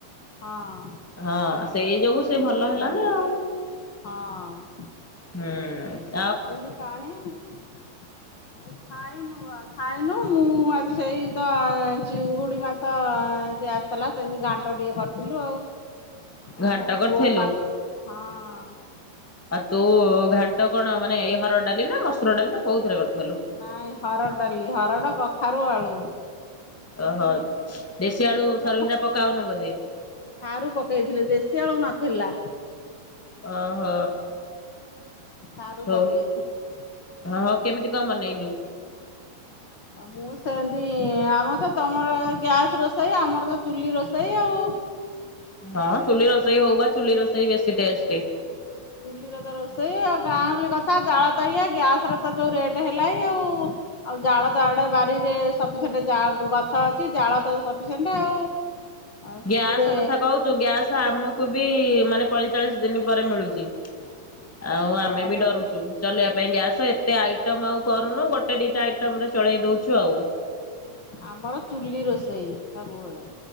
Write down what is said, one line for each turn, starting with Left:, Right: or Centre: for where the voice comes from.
Left: ହଁ।
Centre: ହଁ ସେଇ ଯୋଗୁ ସେ ଭଲ ହେଲାନା ଆଉ।
Left: ହଁ।
Centre: ହୁଁଉଁ।
Left: ଡେଲି ପାଣି <inaudible> ଖାଇନୁ ବା ଖାଇନୁ, ମୁଁ ଆଜି ସେଇ ତ ଚିଙ୍ଗୁଡି ମାଛ ସେ ଆସିଥିଲା, ସେମିତି ଘାଣ୍ଟ ଟିକେ କରିଥିଲୁ ଆଉ।
Centre: ଘାଣ୍ଟ
Left: ଆମର
Centre: କରିଥିଲୁ?
Left: ପୁଅ ପା ହଁ।
Centre: ଆଉ ତୁ ଘାଣ୍ଟ କଣ, ମାନେ ଏଇ ହରଡ ଡାଲି ନା ମସୁର ଡାଲି ନା କୋଉଥିରେ କରିଥିଲୁ?
Left: ନାଇଁ ହରଡ଼ ଡାଲି ହରଡ଼, କଖାରୁ, ଆଳୁ।
Centre: ଓହୋ ଦେଶୀ ଆଳୁ
Left: ତୁ ଟିକେ
Centre: ସରୁରା ପକାଉନୁ ବୋଧେ।
Left: ସାରୁ ପକେଇଥିଲି ଦେଶୀ ଆଳୁ ନଥିଲା।
Centre: ଓହୋ।
Left: ସାରୁ
Centre: ହଉ
Left: ପକେଇଥିଲି।
Centre: ହଁ ହଉ କେମିତି କଣ ବନେଇଲୁ?
Left: ଆ ମୁଁ ମୁଁ ସେମିତି, ଆମର ତ ତମର ଗ୍ୟାସ୍ ରୋଷେଇ ଆମର ତ ଚୁଲି ରୋଷେଇ ଆଉ।
Centre: ହଁ ଚୁଲି ରୋଷେଇ ହଉ ବା, ଚୁଲି ରୋଷେଇ ବେଶୀ ଟେଷ୍ଟ।
Left: ଚୁଲିର ତ ରୋଷେଇ ଆଉ ଗାଁହଲି କଥା ଜାଳ ତ ଇଏ। ଗ୍ୟାସ ର ତ ଯୋଉ ରେଟ ହେଲା ଏଇ ଆଉ। ଆଉ ଜାଳ ତ ଆଡେ ବାରିରେ ସପିସେଣ୍ଟ ଜା ଗଛ ଅଛି। ଜାଳ ତ ସପିସେଣ୍ଟ ଆଉ। ଆଉ
Centre: ଗ୍ୟାସ
Left: ଚୁଲିରେ
Centre: କଥା କହୁଚୁ, ଗ୍ୟାସ ଆମକୁ ବି ମାନେ ପଇଁଚାଳିଶ ଦିନ ପରେ ମିଳୁଛି। ଆଉ ଆମେ
Left: ହଁ
Centre: ବି ଡରୁଚୁ। ଚଲେଇବା ପାଇଁ ଗ୍ୟାସ, ଏତେ ଆଇଟମ ଆଉ କରୁନୁ। ଗୋଟେ ଦିଟା ଆଇଟମ ରେ ଚଳେଇ ଦଉଛୁ ଆଉ।
Left: ଆମର ଚୁଲି ରୋଷେଇ ସବୁବେଳେ।